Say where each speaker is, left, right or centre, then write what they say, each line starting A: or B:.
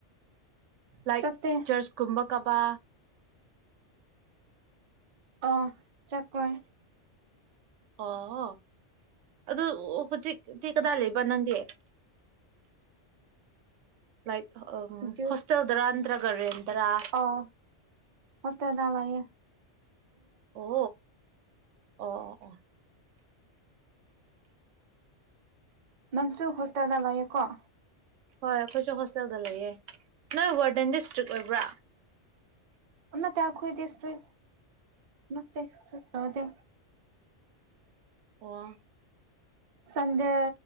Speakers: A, on the right; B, on the right.
A: ꯂꯥꯏꯛ
B: ꯆꯠꯇꯦ
A: ꯆꯔꯆꯀꯨꯝꯕ ꯀꯕ
B: ꯑ ꯆꯀ꯭ꯔꯣꯏ
A: ꯑꯣ ꯑꯗꯨ ꯍꯧꯖꯤꯛꯛꯇꯤ ꯀꯗꯥꯏ ꯂꯩꯕ ꯅꯪꯗꯤ ꯂꯥꯏꯛ ꯎ
B: ꯑꯗꯨ
A: ꯍꯣꯁꯇꯦꯜꯗꯔ ꯅꯠꯇ꯭ꯔꯒ ꯔꯦꯟꯗꯔꯥ
B: ꯑꯣ ꯍꯁ ꯇꯔꯗ ꯂꯑꯦ
A: ꯑꯣ ꯑꯣ ꯑꯣ ꯑꯣ
B: ꯅꯟꯁꯨ ꯍꯣꯁꯇꯦꯜꯗ ꯂꯌꯦꯦꯀꯣ
A: ꯍꯣꯏ ꯑꯩꯈꯣꯏꯁꯨ ꯍꯣꯁꯇꯦꯜꯗ ꯂꯩꯌꯦ ꯅꯣꯏ ꯔꯗꯦꯟ ꯗꯤꯁꯇ꯭ꯔꯤꯛ ꯑꯣꯏꯕ꯭ꯔꯥ
B: ꯎꯠꯇ ꯑꯈꯣꯏꯣꯏꯗꯤꯦꯣ ꯅꯠꯇꯁ ꯇꯗ
A: ꯑꯣ
B: ꯁꯟꯗꯦ